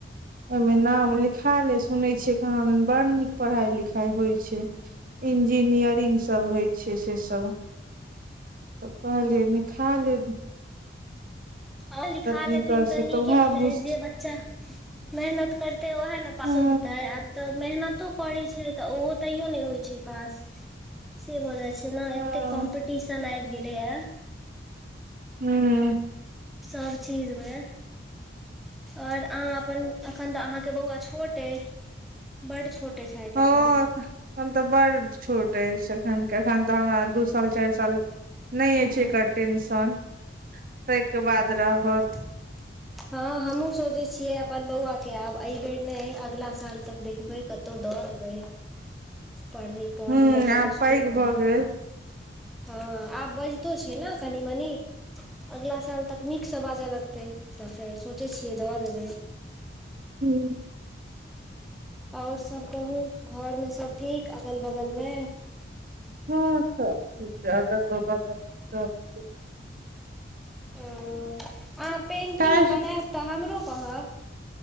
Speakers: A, on the right (about 50°); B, in the centre.
A: ओहिमे नाम लिखा ले सुनै छिय मे बड़ नीक पढ़ाई लिखाई होइ छै इंजीनियरिंग सब होइ छ से सब तऽ कहलै नि खा ल
B: आ लिखा
A: नहि
B: लेथिन
A: कर
B: त
A: से
B: नीके
A: तऽ उएह
B: होतै
A: बुझ
B: जे बच्चा मेहनत करतेै वएह ने पासो
A: हँ
B: होेतै आ तऽ मेहनतो करैत छै त ओहो तैयो नहि होइ छै पास से ब जाय छै नेएते
A: हँ
B: कम्पीटिशन आबि गेलेए
A: ह
B: सब चीज मे और अहाँ अप एखन तऽ अहाँके बौआ छोटे बड छोटे छथि
A: हँ
B: तख
A: एखन तऽ बडड़ छोट अछि एखन एखन तऽ हमरा दू साल चारि सा नहि
B: हँ
A: अछि छै एकर टेंशन ताहिके बाद
B: ओ
A: रह
B: हँ हमहुँ सोचे छियै अपन बौ के आब एहि बेर ने अगला साल तक देखबै कतौ दऽ देबै पढ़ पढ़े
A: ह
B: ल कोनो
A: आब पैघ
B: स्कूल नहि
A: भऽ गेल
B: हँ आ बजत छ हे ने कनी मनी अगला साल तक नीक से बाजे लगत तऽ फेर सोचै छियै दवा देब
A: हू
B: आओर सब कहू घर मे सब ठीक अगल बगल म
A: हँ सब ठीक छै अगन बाबा सब ठी
B: ओ अहाँ पेन्टिंग
A: काल्हि
B: बनायब तऽ हमरो कह